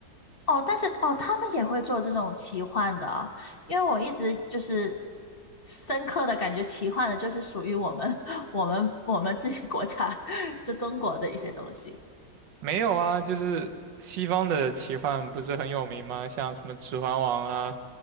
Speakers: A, on the left (about 40°); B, on the right (about 80°).
A: 哦，但是哦，他们也会做这种奇幻的啊，因为我一直就是深刻的感觉，奇幻的就是属于我们 <laughs> 我们我们自己国家 <laughs> 就中国的一些东西，
B: 没有啊，就是西方的奇幻不是很有名吗？像什么《指环王》啊，